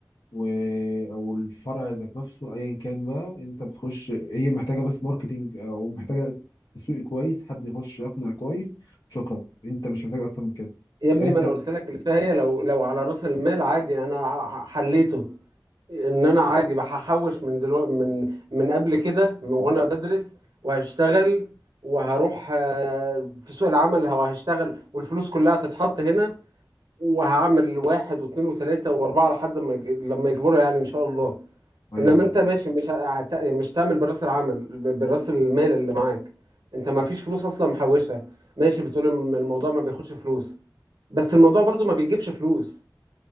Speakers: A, on the left (about 75°); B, on the right (about 65°).
A: و او الفرع ذات نفسه ايا كان بقى انت بتخش هي محتاجه بس ماركتينج او محتاجه تسويق كويس حد يخش يقنع كويس شكرا انت مش محتاج اكتر من كده
B: يا
A: تخيل
B: ابني
A: انت
B: ما انا قلت لك اللي فيها هي لو لو على راس المال عادي يعني انا ح- حليته ان انا عادي بحوش من دلوقتي من من قبل كده من وانا بدرس وهشتغل وهروح آه، في سوق العمل وهشتغل والفلوس كلها تتحط هنا وهعمل واحد واثنين وثلاثة واربعة لحد ما يج- لما يكبروا يعني ان شاء الله
A: ايوه
B: انما انت ماشي مش هت- مش تعمل براس العمل ب- براس المال اللي معاك انت ما فيش فلوس اصلا محوشها ماشي بتقول إن الموضوع ما بياخدش فلوس بس الموضوع برضو ما بيجيبش فلوس